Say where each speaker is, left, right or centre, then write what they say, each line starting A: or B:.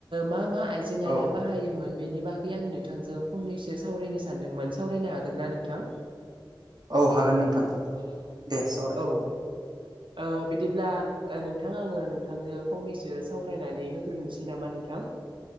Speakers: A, on the right; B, on the right.
A: मा मा आइजें-आइला
B: औ
A: बाहायोमोन बेनि बागै आं नोंथांजों फंनैसो सावरायनो सानदोंमोन। सावरायनो हागोन ना नोंथां?
B: औ हागोन नोंथां। दे सावराय।
A: औ ओ बिदिब्ला नोंथां आङो नोंथांजो फंनैसो सावरायनानै होग्रोनोसै नामा नों थां